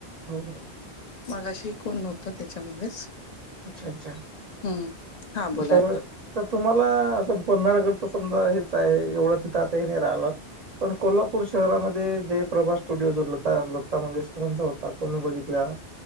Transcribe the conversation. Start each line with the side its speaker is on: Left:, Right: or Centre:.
Right: हो हो
Left: मगाशी कोण नव्हत त्याच्यामुळेच.
Right: अच्छा अच्छा
Left: हम्म, हा बोला
Right: तर
Left: आता.
Right: तर तुम्हाला आता पन्हाळगड तर समजा हेच आहे, एवढ तिथ आता हे नाही राहिल. पण कोल्हापूर शहरामध्ये जयप्रभा स्टुडिओ जो लता लता मंगेशकरांचा होता तो मी बघितलेला.